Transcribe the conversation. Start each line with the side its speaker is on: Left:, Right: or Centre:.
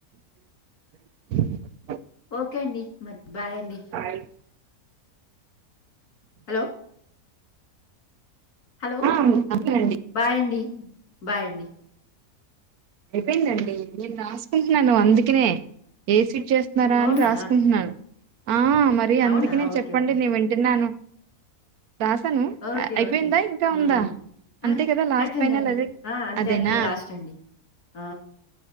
Right: <inaudible>
Left: ఓకే అండి మరి బాయ్ అండి
Right: అని
Left: హలో హలో
Right: ఆ అవునండి
Left: బాయండి బాయండి
Right: అయిపోయిందండి నేను రాసుకుంటున్నాను అందుకనే ఏ సిట్ చేస్తున్నారా
Left: అవునా!
Right: అని రాసుకుంటున్నాడు ఆ మరి
Left: అవునా!
Right: అందుకనేే
Left: ఓకే.
Right: చెప్పండి
Left: ఓకే.
Right: నీ వింటున్నాను రాసాను
Left: ఓకే.
Right: అయిపోయిందా
Left: ఓకే.
Right: ఇంకా
Left: హ్మ్.
Right: ఉందా అంతే
Left: ఆ!
Right: కదా లాస్ట్
Left: అయిపోయిందండి.
Right: ఫైనల్ అదే
Left: ఆ! అంతే.
Right: అదేనా
Left: అంతే. లాస్ట్ అండి. ఆ!